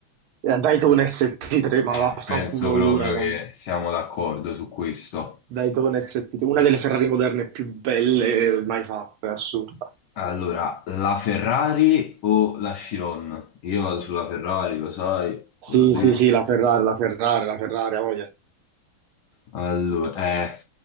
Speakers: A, on the right; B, on the left.
A: Eh, Dai tu un SP3, ma
B: Eh,
A: vaffanculo
B: penso proprio
A: l'Huracan.
B: che siamo d'accordo su questo.
A: Dai tu un SP3, una delle Ferrari moderne più belle mai fatte, è assurda.
B: Allora, la Ferrari o la Chiron? Io vado sulla Ferrari, lo sai, te
A: Sì,
B: l'ho detto.
A: sì, sì, la Ferrari, la Ferrari, la Ferrari, ha voglia.
B: Allora, eh.